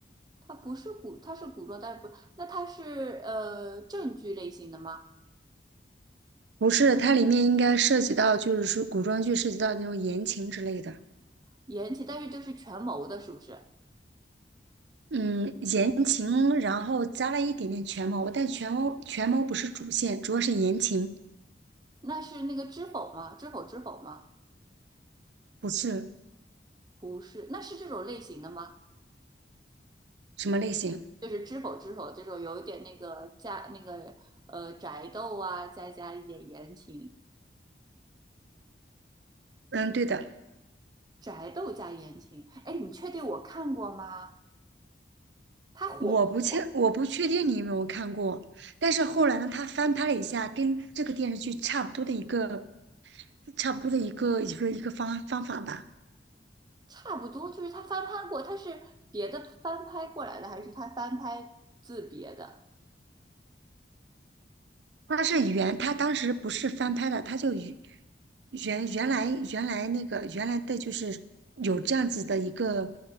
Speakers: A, on the right; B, on the right.
A: 它不是古，它是古装，但是不，那它是呃正剧类型的吗？
B: 不是，它里面应该涉及到就是说古装剧涉及到那种言情之类的，
A: 延禧，但是就是权谋的，是不是？
B: 嗯，言情，然后加了一点点权谋，但权谋权谋不是主线，主要是言情，
A: 那是那个知否吗？知否知否吗？
B: 不是
A: 不是，那是这种类型的吗？
B: 什么类型。
A: 就是知否知否这种有一点那个家那个呃宅斗啊，再加一点言情，
B: 嗯，对的，
A: 宅斗加言情，哎，你确定我看过吗？它火不火？
B: 我不确我不确定你有没有看过。但是后来呢，他翻拍了一下，跟这个电视剧差不多的一个差不多的一个一个一个方方法吧。
A: 差不多，就是它翻拍过，它是别的翻拍过来的，还是它翻拍自别的？
B: 它是原，它当时不是翻拍的，它就原原原来原来那个原来的就是有这样子的一个